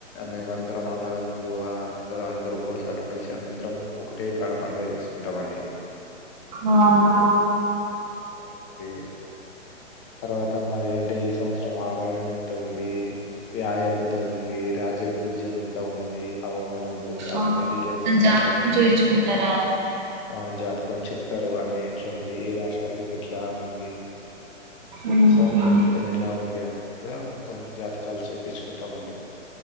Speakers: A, on the left; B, on the right.
A: మేమ అందరం అన్నదమ్ములు అందరం అందరు ఒక్కొచోట కలిసి అందరం ఒకటే కాడ పండుగ చేసుకుంటామండి
B: అవునా
A: అవునండి తర్వాత మాది అంటే ఈ సంవత్సరం ఆదాయం ఎంత ఉంది వ్యాయాం ఎంత ఉంది రాజ్య పూజ్యం ఎంత ఉంది అవమానం ఎంత ఉంది అవన్నీ
B: ఆ
A: డీటెయిల్స్
B: మొత్తం జాతకం
A: పంచాంగంలో
B: చూయించుకుంటారా
A: చెప్తారు ఆ జాతకం చెప్తారు అన్ని ఎట్లా ఉంది ఏ రాశి వారికి ఎట్లా ఉంది
B: ఉహు
A: ఈ సంవత్సరం మొత్తం ఎట్లా ఉంది అన్నట్టుగా మొత్తం జాతకాలు చెప్పించుకుంటామండి